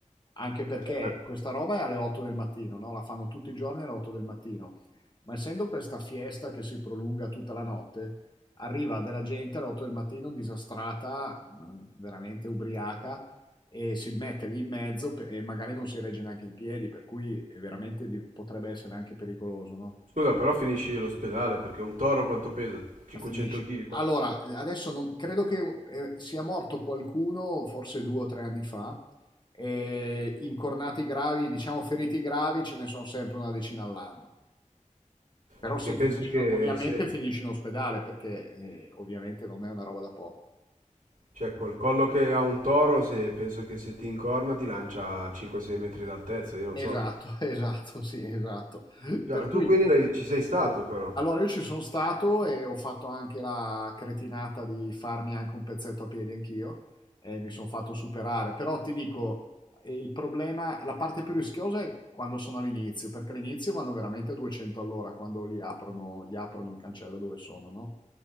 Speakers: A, on the left; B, on the right.
A: Anche perché
B: eh,
A: questa roba è alle 8 del mattino, no? La fanno tutti i giorni alle 8 del mattino. Ma essendo questa fiesta che si prolunga tutta la notte, arriva della gente alle 8 del mattino disastrata, mh, veramente ubriaca, e si mette lì in mezzo pe- e magari non si regge neanche in piedi, per cui è veramente di- potrebbe essere anche pericoloso, no?
B: Scusa, però finisci l'ospedale perché un toro quanto pesa? 500
A: Finisci.
B: kg?
A: Allora, adesso non- credo che eh, sia morto qualcuno, forse due o tre anni fa, e incornati gravi, diciamo feriti gravi, ce ne sono sempre una decina all'anno. Però
B: Perché
A: sì,
B: penso
A: finisci
B: che
A: in- ovviamente
B: se...
A: finisci in ospedale perché eh, ovviamente non è una roba da poco.
B: Cioè, col collo che ha un toro, se penso che se ti incorna ti lancia a 5-6 metri d'altezza, io non
A: Esatto,
B: so.
A: <laughs> esatto, sì, esatto.
B: Già,
A: Per cui,
B: tu quindi l'hai- ci sei stato però.
A: allora io ci sono stato e ho fatto anche la cretinata di farmi anche un pezzetto a piedi anch'io e mi sono fatto superare. Però ti dico, eh, il problema, la parte più rischiosa è quando sono all'inizio, perché all'inizio vanno veramente a 200 all'ora quando gli aprono, gli aprono il cancello dove sono, no?